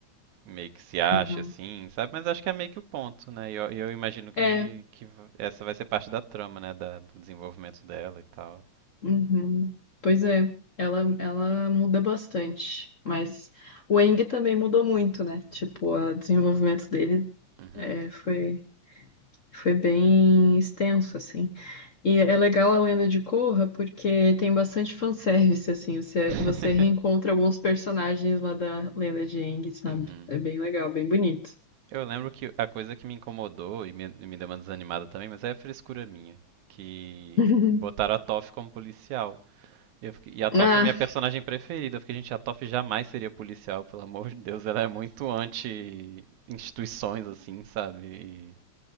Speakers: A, on the right; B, on the left.
A: meio que se acha
B: uhum.
A: assim, sabe? Mas acho que é meio que o ponto, né? E eu, e eu imagino que,
B: É,
A: que essa vai ser parte da trama, né? Da, do desenvolvimento dela e tal.
B: uhum. Pois é. Ela, ela muda bastante. Mas o Eng também mudou muito, né? Tipo, o desenvolvimento dele
A: Uhum.
B: é, foi, foi bem extenso, assim. E é legal a lenda de Korra porque tem bastante fanservice, assim. Você,
A: <laughs>
B: você reencontra alguns personagens lá da lenda de Aang, sabe?
A: Uhum.
B: É bem legal, bem bonito.
A: Eu lembro que a coisa que me incomodou e me, me deu uma desanimada também, mas é frescura minha, que
B: <laughs>
A: botaram a Toph como policial. E, eu fiquei- e a Toph
B: Ah,
A: é minha personagem preferida. Eu fiquei, gente, a Toph jamais seria policial, pelo amor de Deus. Ela é muito anti-instituições, assim, sabe? E,